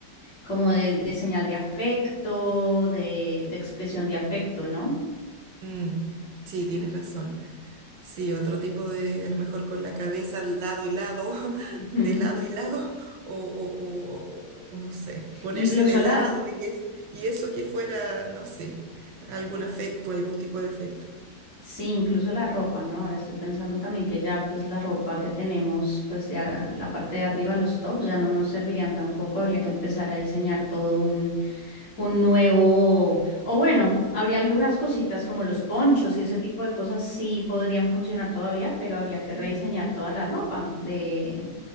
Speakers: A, on the left (about 65°); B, on the right (about 75°).
A: como de, de señal de afecto, de, de expresión de afecto, ¿no?
B: Mm, sí, tienes razón. Sí, otro tipo de, a lo mejor con la cabeza al lado y lado, <laughs>
A: Ujú.
B: de lado y lado, o, o- o- o no sé, ponerse
A: Incluso
B: de lado
A: la,
B: y, es, y eso que fuera, no sé, algún afecto, algún tipo de afecto.
A: Sí, incluso la ropa, ¿no? Ahora estoy pensando también que ya pues la ropa que tenemos pues de ar-
B: Mm,
A: la parte de arriba, los tops, ya no nos servirían tampoco, habría que empezar a diseñar todo un, un nuevo, o bueno, habría algunas cositas como los ponchos y ese tipo de cosas sí podrían funcionar todavía, pero habría que rediseñar
B: mm,
A: toda la ropa de